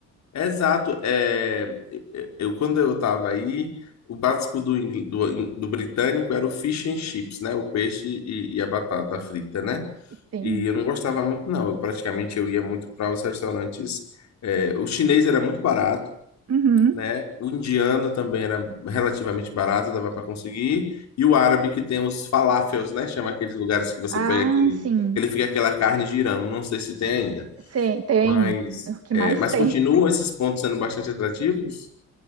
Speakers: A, on the left (about 65°); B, on the right (about 55°).
A: Exato. É, eu, quando eu estava aí, o básico do, ingl- do, do britânico era o fish and chips, né? O peixe e, e a batata frita, né?
B: Tem.
A: E eu não gostava muito, não. Eu praticamente eu ia muito para os restaurantes. é, o chinês era muito barato,
B: Uhum.
A: né? O indiano também era relativamente barato, dava para conseguir. E o árabe que tem os falafels, né? Chama aqueles lugares que você
B: Ah,
A: pega aquele,
B: sim.
A: ele fica aquela carne girando. Não sei se tem ainda.
B: Sim, tem.
A: Mas,
B: O que
A: é,
B: mais
A: mas
B: tem?
A: continuam esses pontos sendo bastante atrativos?